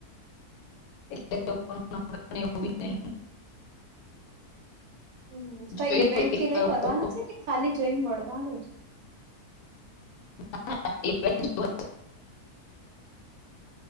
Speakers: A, on the left; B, on the right.
A: <unintelligible> <inaudible>
B: હમ કઈ
A: જોઈએ
B: ઈવેન્ટ
A: તો કેટલા
B: કે કાંઈ
A: લોકો
B: કરવાનું છે કે ખાલી જઈન મળવાનું જ
A: <inaudible> <inaudible> તો